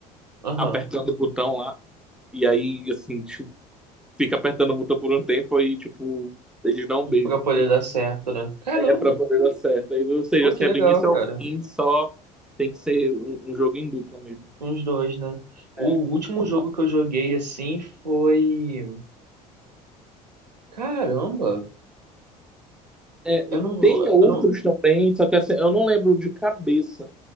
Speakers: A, on the right (about 85°); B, in the centre.
A: aham.
B: apertando o botão lá e aí assim tipo, fica apertando o botão por um tempo aí tipo eles dão um beijo.
A: Pra poder dar certo, né? Caramba,
B: É pra poder dar certo. Aí, ou seja,
A: pô,
B: assim,
A: que legal,
B: é do início
A: cara.
B: ao fim só tem que ser um, um jogo em dupla mesmo.
A: Uns dois, né? O
B: É,
A: último jogo que eu joguei assim foi. Caramba,
B: É,
A: eu não vou.
B: tem outros
A: Eu não...
B: também, só que assim, eu não lembro de cabeça,